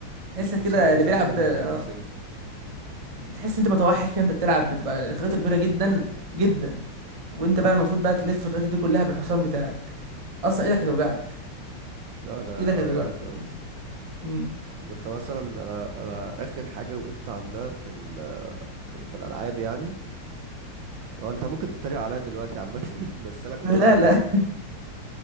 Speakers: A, on the right; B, on the right.
A: تحس
B: مش
A: كده
B: مسلي
A: اللي
B: زي
A: بيلعب
B: السنجل
A: ده آه، بتحس انت متوحد كده انت بتلعب بتبقى خريطه كبيره جدا جدا وانت بقى المفروض بقى تلف الخريطه دي كلها بالحصان بتاعك اصلا
B: مم.
A: ايدك هتوجعك
B: لا ده
A: ايدك هتوجعك
B: وجع قلب
A: اصلا
B: قوي
A: انت مم.
B: طب انت مثلا انا انا اخر حاجة وقفت عندها في ال... في الالعاب يعني هو انت ممكن تتريق عليا دلوقتي عامة <laughs> بس انا كنت
A: لا
B: بلعب
A: لا
B: فالورنت